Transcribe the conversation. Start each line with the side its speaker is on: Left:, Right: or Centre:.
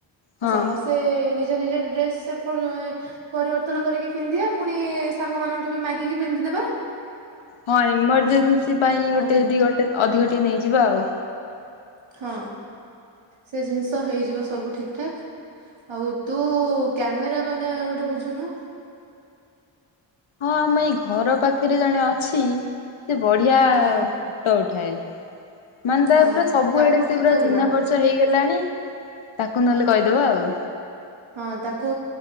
Left: ହଁ
Right: ଆଉ ସମସ୍ତେ ନିଜ ନିଜ ଡ୍ରେସ ସେ ପରିବର୍ତ୍ତନ କରିକି ପିନ୍ଧିବା ପୁଣି ସାଙ୍ଗ ମାନଙ୍କଠୁ ବି ମାଗିକି ପିନ୍ଧିଦବା।
Left: ହଁ ଏମର୍ଜେନ୍ସି ପାଇଁ ଗୋଟେ
Right: ଆଉ
Left: ଯଦି ଗୋଟେ ଅଧିକ ଟିକିଏ ନେଇଯିବା ଆଉ।
Right: ହଁ ସେ ଜିନିଷ ହେଇଯିବ ସବୁ ଠିକ ଠାକ୍। ଆଉ ତୁ କ୍ୟାମେରା ବାଲା ଗୋଟେ ବୁଝୁନୁ।
Left: ହଁ ଆମ ଏଇ ଘର ପାଖରେ ଜଣେ ଅଛି ସେ ବଢିଆ ଫଟୋଟେ
Right: ହଁ
Left: ଉଥାଏ ମାନେ ତା
Right: ହଁ
Left: ପୁରା ସବୁଆଡେ
Right: ତାକୁ
Left: ସେ
Right: ଠିକ
Left: ପୁରା
Right: କରିବା
Left: ଚିହ୍ନା ପରିଚ ହେଇଗଲାଣି। ତାକୁ ନହେଲେ କହିଦବା ଆଉ।
Right: ହଁ ତାକୁ